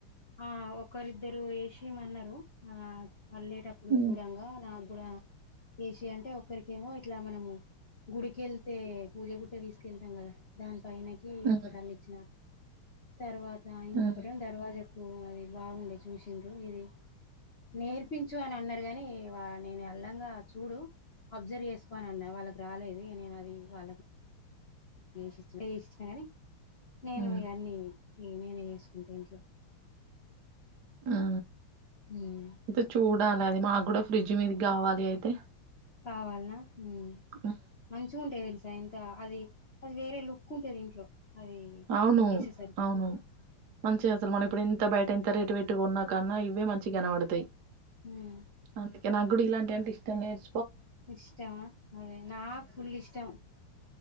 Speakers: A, on the left (about 45°); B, on the right (about 60°).
A: ఆ ఒకరిద్దరు ఎషియమన్నారు ఆ అలెటపుడ్ ఇప్పుడు
B: హ్మ్
A: చూడంగా నాకు గూడ ఏసి అంటే ఒక్కరికేమో ఇట్లా మనము గుడికెళ్తే పూజ బుట్ట తీసుకెళ్తాం కదా దానిపైన కీ
B: హ్మ్
A: ఒక టళ్ళ ఇచ్చిన తర్వాత ఇంకొకటేం
B: హ్మ్
A: దర్వాజా ఉం అది బాగుండే చూసిండ్రు ఇది నేర్పించు అని అన్నారు గాని వా నేను అల్లంగా చూడు అబ్సర్వ్ చేసుకోన అన్నా వాళ్ళకి రాలేదు నేను అది వాళ్ళకు చేసిచ్చిన గాని నేను
B: హ్మ్
A: ఇగ అన్ని నేనే చేసుకుంట ఇంట్లో
B: ఆ
A: ఉమ్
B: అయితే చూడాలి అది మాకు కూడా ఫ్రిడ్జ్ మీద కావాలి అయితే
A: కావాల్నా ఉం
B: ఆ
A: మంచిగా ఉంటయి తెలుసా ఇంత అది అది వేరే లుక్ ఉంటది ఇంట్లో అది
B: అవును
A: ఏసేసరికి
B: అవును మంచిగసలు మనం ఇప్పుడు ఇంత బయట ఎంత రేటు పెట్టి కొన్నా కన్నా ఇవే మంచిగ కనబడతాయి
A: ఉం
B: అందుకే నాకు గుడ ఇలాంటి అంటే ఇష్టం లేదు
A: ఇష్టమా అదే నాకు ఫుల్ ఇష్టం